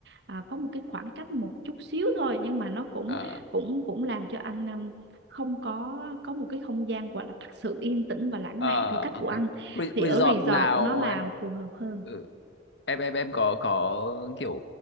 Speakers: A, on the right; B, on the left.
A: à, có một cái khoảng cách một chút xíu thôi nhưng mà nó cũng
B: ừ
A: cũng cũng làm cho anh um, không có có một cái không gian gọi là thật sự yên tĩnh và lãng
B: ờ
A: mạn theo cách
B: ok
A: của anh
B: Re-
A: thì
B: resort
A: ở resort
B: nào
A: nó làm
B: em
A: phù hợp hơn
B: ừ, em em em có có kiểu